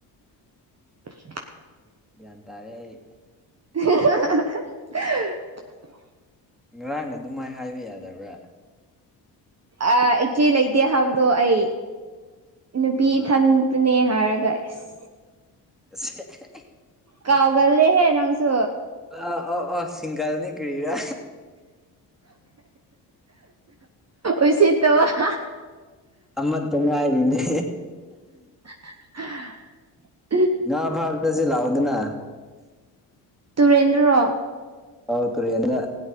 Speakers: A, on the right; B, in the centre.
A: <unintelligible>
B: ꯒ꯭ꯌꯥꯟ ꯇꯥꯔꯦ ꯑꯩ
A: <unintelligible>
B: ꯉꯔꯥꯡꯅ ꯑꯗꯨꯃꯥꯏꯅ ꯍꯥꯏꯕ ꯌꯥꯗꯕ꯭ꯔꯥ
A: ꯑ ꯏꯆꯦ ꯂꯩꯇꯦ ꯍꯥꯏꯕꯗꯣ ꯑꯩ ꯅꯨꯄꯤ ꯏꯊꯟꯇꯅꯦ
B: ꯑ
A: ꯍꯥꯏꯔꯒ ꯏꯁ
B: ꯁ <unintelligible>
A: ꯀꯥꯎꯒꯜꯂꯦꯍꯦ ꯅꯪꯁꯨ
B: ꯑꫭ ꯑꫭ ꯑꫭ ꯁꯤꯡꯒꯥꯜꯅꯦ ꯀꯔꯤꯔ
A: ꯎꯁꯤꯠꯇꯕ <unintelligible>
B: ꯑꯃꯠꯇ ꯉꯥꯏꯔꯤꯅꯦ
A: <unintelligible>
B: ꯉꯥ ꯐꯥꯕ ꯆꯠꯁꯤ ꯂꯥꯛꯑꯣꯗꯅ
A: ꯇꯨꯔꯦꯜꯗ꯭ꯔꯣ
B: ꯑꯥꯎ ꯇꯔꯦꯜꯗ